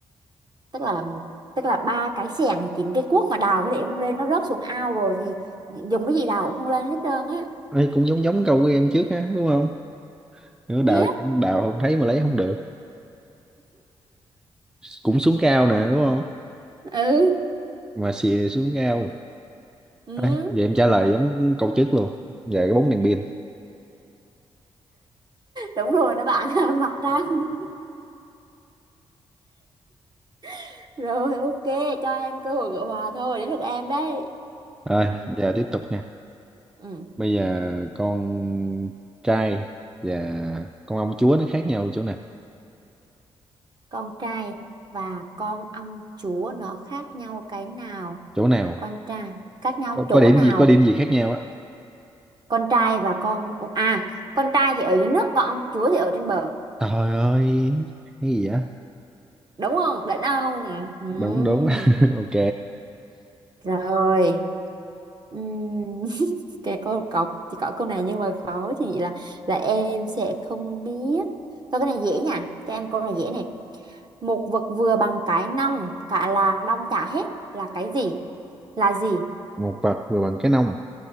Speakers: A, on the right; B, in the centre.
A: tức là tức là ba cái xẻng thì chín cái cuốc mà đào cái để không lên nó rớt xuống ao rồi thì dùng cái gì đào cũng không lên hết trơn á
B: ấy cũng giống giống câu của em trước ha đúng không nữa
A: biết
B: đào đào không thấy mà lấy không được cũng xuống cao nè đúng không
A: ừ
B: mà xì xuống ao
A: ừ
B: à, vậy em trả lời giống câu trước luôn về cái bóng đèn pin
A: đúng rồi đó bạn <laughs> mặt trăng <laughs> rồi ok cho em cơ hội gỡ hòa thôi đến lượt em đấy
B: rồi
A: ừ.
B: giờ tiếp tục nha
A: Ừ.
B: bây giờ con trai và con ông chúa nó khác nhau chỗ nào
A: con trai và con ông chúa nó khác nhau cái nào
B: chỗ nào
A: con trai khác nhau
B: có,
A: chỗ
B: có điểm
A: nào
B: gì có điểm gì khác nhau á
A: con trai và con ông à con trai thì ở dưới nước còn ông chúa thì ở trên bờ
B: trời ơi cái gì á
A: đúng không định không ừ. Ừ.
B: đâu cũng đúng <laughs> ok
A: rồi Ừm, <laughs> cái câu có chỉ có câu này nhưng mà khó thì là là em sẽ không biết thôi cái này dễ nha cho em câu này dễ này một vật vừa bằng cái nòng cả làng đong chả hết là cái gì là gì
B: một vật vừa bằng cái nông